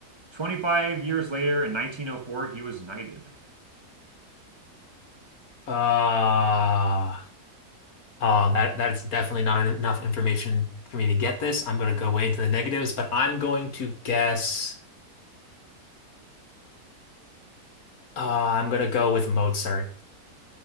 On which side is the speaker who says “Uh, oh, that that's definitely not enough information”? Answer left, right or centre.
Left